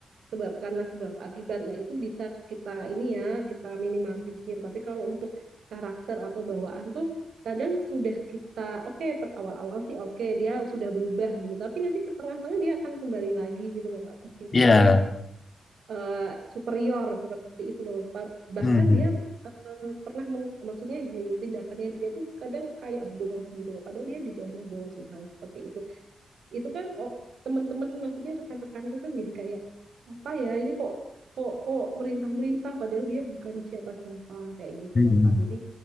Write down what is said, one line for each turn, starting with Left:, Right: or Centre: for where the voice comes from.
Right: sebab karena sebab akibatnya itu bisa kita ini ya kita minimalisir. Tapi kalau untuk karakter atau bawaan tuh kadang sudah kita oke per- awal-awal sih oke dia sudah berubah gitu tapi nanti ke tengah-tengah dia akan kembali lagi gitu loh Kak, ke sifatnya
Left: Iya.
Right: yang eh, superior seperti itu loh Pa- bahkan
Left: Hmm.
Right: dia eh, pernah meng- maksudnya gini tindakannya dia tuh kadang kayak bos gitu loh padahal dia di bawahnya bos misalnya seperti itu itu kan oh, teman-teman maksudnya rekan-rekanku kan jadi kayak apa ya ini kok kok kok merintah-merintah padahal dia bukan siapa-siapa kayak gitu
Left: Hmm.
Right: loh Kak. Jadi